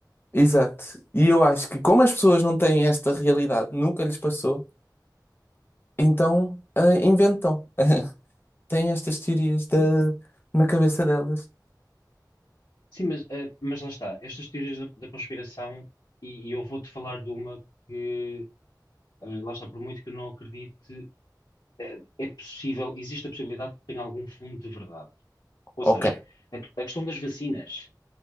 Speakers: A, on the left (about 30°); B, on the left (about 75°).
A: exato. E eu acho que como as pessoas não têm esta realidade, nunca lhes passou, então ah, inventam. <laughs> Têm estas teorias da,
B: Sim,
A: na cabeça delas.
B: mas, eh, mas lá está. Estas teorias da, da conspiração, e, e eu vou-te falar de uma que, eh, lá está, por muito que eu não acredite, eh, é, possível, existe a possibilidade que tenha algum fundo de verdade. Ou
A: Ok.
B: seja, a, a questão das vacinas,